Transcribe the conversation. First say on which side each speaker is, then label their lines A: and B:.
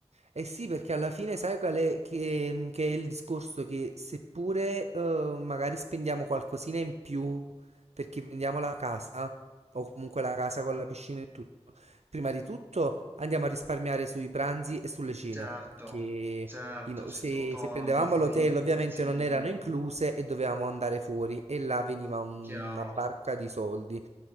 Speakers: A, on the right; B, on the right.
A: eh sì, perché alla fine sai qual è, che, mhmm, che è il discorso che seppure eh, magari spendiamo qualcosina in più perché prendiamo la casa, o comunque la casa con la piscina e tutto, prima di tutto andiamo a risparmiare sui pranzi e sulle cene,
B: Certo,
A: che
B: certo,
A: in-
B: siete
A: se,
B: autonomi,
A: se prendevamo
B: frigo,
A: l'hotel ovviamente
B: cucina,
A: non erano incluse e dovevamo andare fuori e là veniva un-
B: chiaro.
A: una barca di soldi.